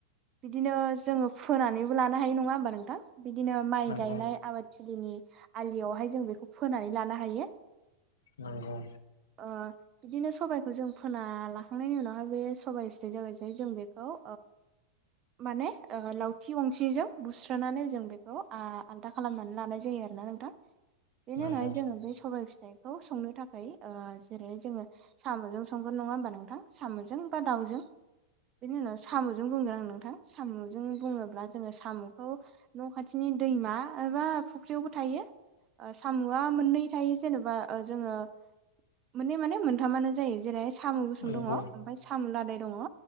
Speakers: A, on the right (about 30°); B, on the left (about 65°).
A: बिदिनो जोङो फोनानैबो लानो हायो नङा होमबा नोंथां बिदिनो माइ
B: नंगौ
A: गायनाय आबादथिलिनि आलियावहाय जों बेखौ फोनानै लानो हायो
B: नंगौ
A: ओ बिदिनो सबाइ खौ जों फोना लाखांनायनि उनावहाय बे सबाय फिथाइ जाबाय जे बेखौ माने लावथि गंसिजों बुस्रोनानै जों बेखौ आ आलदा खालामनानै लानाय जायो आरोना नोंथां बेनि
B: नंगौ
A: उनावहाय जोङो बे सबाइ फिथाइखौ संनो थाखाय ओ जेरैहाय जोङो साम'जों संगोन नङा होमबा नोंथां साम'जों बा दाउजों बेनि उनाव साम'जों बुंगोन आं नोंथां साम'जों बुङोब्ला जोङो साम'खौ न' खाथिनि दैमा एबा फुख्रियावबो थायो साम'आ मोननै थायो जेनेबा जोङो मोननै माने मोनथामानो जायो जेरै साम' गुसुं
B: नंगौ
A: दङ ओमफ्राय साम' लादाय दङ